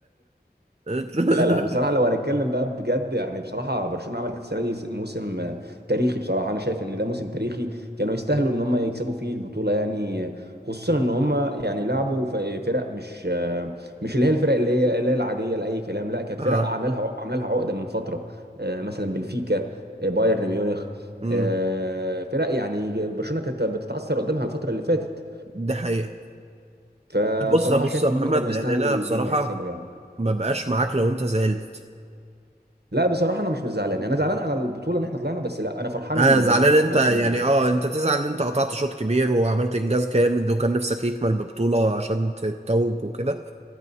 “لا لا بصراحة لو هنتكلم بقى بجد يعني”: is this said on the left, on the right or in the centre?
Right